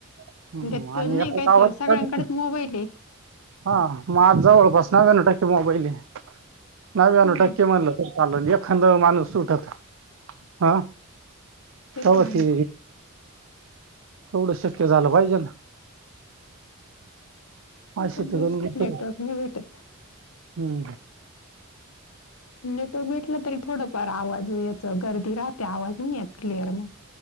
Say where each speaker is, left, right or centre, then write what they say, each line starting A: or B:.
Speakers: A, on the right (about 65°); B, on the left (about 85°).
A: हम्म,
B: त्यात
A: आणि
B: नाही
A: एका
B: काहीत
A: गावात
B: सगळ्यांकडच मोबाईल ये
A: हा मग आज जवळपास नव्याण्णव टक्के मोबाईले नव्याण्णव
B: हम्म
A: टक्के म्हणलं चालली एखांद माणूस सुटत हं
B: तेच
A: तव्हा
B: ना मग
A: ते तेवढं शक्य झालं पाहिजे ना
B: त्याच्यामुळेच
A: अशी तर गणित
B: नेटवर्क
A: आहे.
B: नहीं भेटत
A: हम्म
B: नेटवर्क भेटलं तरी थोडंफार आवाज याच गर्दी राहते आवाज नाही येत क्लिअर मग